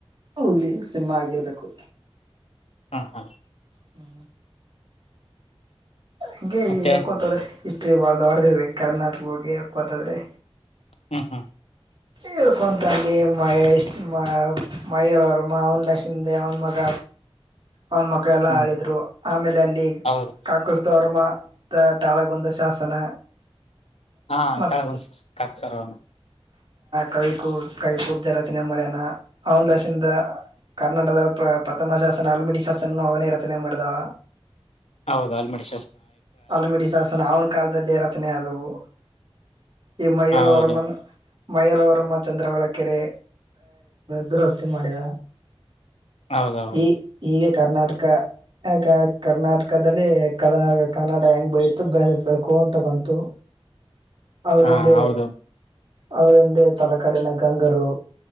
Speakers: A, on the right; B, on the left.
A: ಹುಲಿ ಸಿಂಹ ಆಗಿರ್ಬೇಕು
B: ಹಾ ಹಾ
A: ಹ್ಮ ಹಂಗೆ
B: ಮತ್ತೆ
A: ಹೇಳ್ಕೋತ ಹೋದ್ರೆ ಇಸ್ಟ್ರಿ ಬಾಳ್ ದೊಡ್ದಿದೆ ಕರ್ನಾಟಕದ್ ಬಗ್ಗೆ ಗೊತ್ತಾದ್ರೆ
B: ಹ್ಮ ಹ್ಮ್
A: ಹೇಳ್ಕೊಂತಂಗೆ ಮಯ ಇಷ್ಟು ಮ ಮಯುರವರ್ಮ ಅವ್ನ್ <unintelligible> ಅವ್ನ್ ಮಗ ಅವ್ನ್ ಮಕ್ಳೆಲ್ಲಾ
B: ಹ್ಮ್
A: ಆಳಿದ್ರು ಆಮೇಲೆ ಅಲ್ಲಿ
B: ಹೌದು
A: ಕಾಕ ದೊರ್ಮ ತಾಳಗುಂದ ಶಾಸನ
B: ಹಾ
A: ಮತ್
B: ಕಳ್ಗ <unintelligible>
A: ಕವಿ ಕೂ ಕವಿ ಕುಬ್ಜ ರಚನೆ ಮಾಡ್ಯನ ಅವ್ನ್ ಲಶಿಂದ ಕರ್ನಾಟದ ಪ್ರ ಪ್ರಥಮ ಶಾಸನ ಆಲ್ಮಿಡಿ ಶಾಸನನು ಅವ್ನೇ ರಚನೆ ಮಾಡಿದವ
B: ಹೌದು ಹಲ್ಮಿಡಿ
A: ಅಲ್ಮಿಡಿ ಶಾಸನ ಅವ್ನ್ ಕಾಲ್ ದಲ್ಲೆ ರಚನೆ ಆದವು ಈ ಮಯೂರ ವರ್ಮನ್
B: ಹೌದು
A: ಮಯೂರ ಅವರಮ್ಮ ಚಂದ್ರವಳಕೆರೆ, ದುರಸ್ತಿ ಮಾಡಿದ.
B: ಹೌದೌದು
A: ಈ ಹೀಗೆ ಕರ್ನಾಟಕ ಯಾಕ, ಕರ್ನಾಟಕದಲ್ಲಿ ಕದ ಕನ್ನಡ ಹೆಂಗೆ ಬೆಳೀತ, ಬೆಳಕು ಅಂತ ಬಂತು ಅವ್ರಂದೇ
B: ಹಾ ಹೌದು
A: ಅವ್ರಂದೆ ತಲಕಾಡಿನ ಗಂಗರು